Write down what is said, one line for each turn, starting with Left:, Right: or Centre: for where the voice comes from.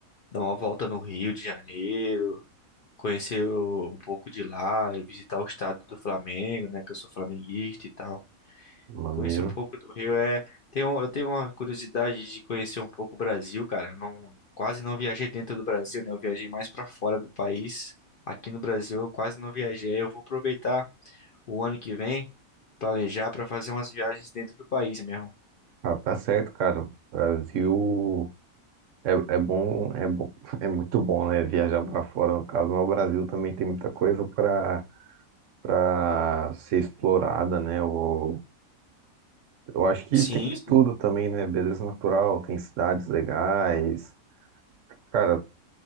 Left: dar uma volta no Rio de Janeiro, conhecer o- um pouco de lá, e visitar o estado do Flamengo, né, que eu sou flamenguista e tal.
Right: maneiro.
Left: Conhecer um pouco do Rio é... Tenho, eu tenho uma curiosidade de conhecer um pouco o Brasil, cara. Eu não, quase não viajei dentro do Brasil, né, eu viajei mais pra fora do país. Aqui no Brasil eu quase não viajei, eu vou aproveitar o ano que vem planejar pra fazer umas viagens dentro do país mesmo.
Right: Ah, tá certo, cara. Brasil é, é bom, é bom, <laughs> é muito bom, né? Viajar pra fora, no caso, mas o Brasil também tem muita coisa pra para ser explorada, né? Eu, eu acho que
Left: Sim,
Right: tem de
Left: sim.
Right: tudo também, né? Beleza natural, tem cidades legais, cara,